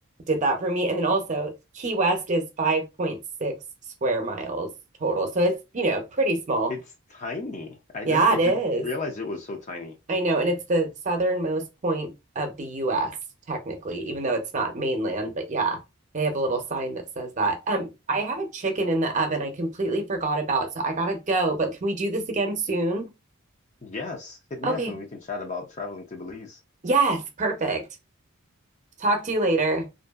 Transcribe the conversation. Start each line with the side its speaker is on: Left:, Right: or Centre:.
Right: did that for me. And then also, Key West is 5.6 square miles total. So it's, you know, pretty small.
Left: It's tiny. I
Right: Yeah,
Left: never I didn't
Right: it is.
Left: realize it was so tiny.
Right: I know, and it's the southernmost point of the US, technically, even though it's not mainland, but yeah, they have a little sign that says that. Um, I have a chicken in the oven I completely forgot about, so I gotta go, but can we do this again soon?
Left: Yes, hit
Right: Okay.
Left: me up and we can chat about traveling to Belize.
Right: Yes, perfect. Talk to you later.